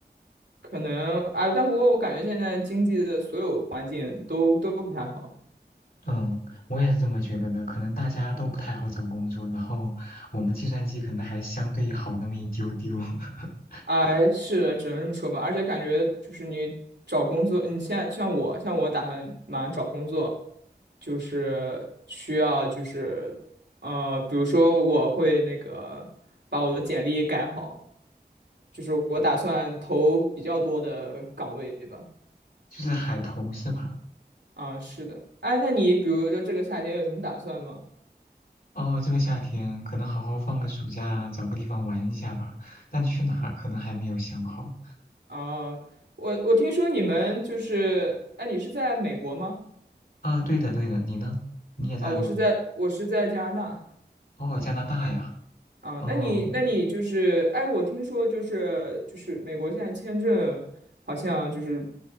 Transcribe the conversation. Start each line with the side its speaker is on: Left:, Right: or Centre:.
Right: 可能啊，但不过我感觉现在经济的所有环境都都不太好。
Left: 嗯，我也是这么觉得的。可能大家都不太好找工作，然后我们计算机可能还相对好那么一丢丢，<laughs>
Right: 哎，是，只能这么说吧。而且感觉就是你找工作，你现在像我，像我打算马上找工作，就是需要就是呃，比如说我会那个把我的简历改好，就是我打算投比较多的岗位吧。
Left: 就是海投是吧？
Right: 啊，是的。哎，那你比如说这个夏天有什么打算吗？
Left: 哦，这个夏天可能好好放个暑假，找个地方玩一下吧。但去哪儿可能还没有想好。
Right: 啊，我我听说你们就是，哎，你是在美国吗？
Left: 啊，对的对的，你呢？你也在吗？
Right: 啊，我是在我是在加拿大。
Left: 哦，加拿大呀。
Right: 啊，
Left: 哦
Right: 那你那你就是，哎，我听说就是就是美国现在签证好像就是，